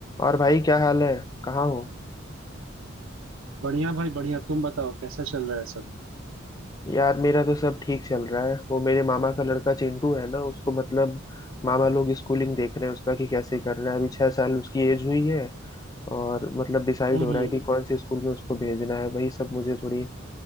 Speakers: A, on the left (about 20°); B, on the right (about 85°).
A: और भाई क्या हाल है कहाँ हो
B: बढ़िया भाई बढ़िया तुम बताओ कैसा चल रहा है सब
A: यार मेरा तो सब ठीक चल रहा है वो मेरे मामा का लड़का चिंटू है ना उसको मतलब मामा लोग स्कूलिंग देख रहे हैं उसका कि कैसे करना है अभी छह साल उसकी एज हुई है और मतलब डिसाइड
B: हम्म
A: हो रहा
B: हम्म
A: है कि कौन से स्कूल में उसको भेजना है वही सब मुझे थोड़ी